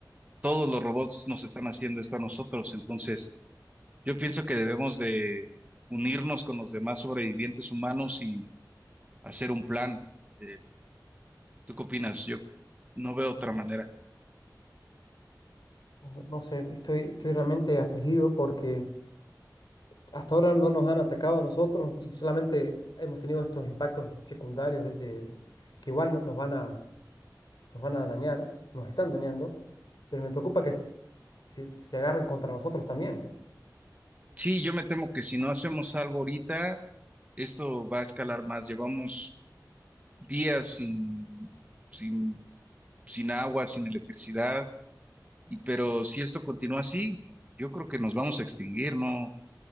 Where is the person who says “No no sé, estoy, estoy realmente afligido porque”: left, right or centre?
Left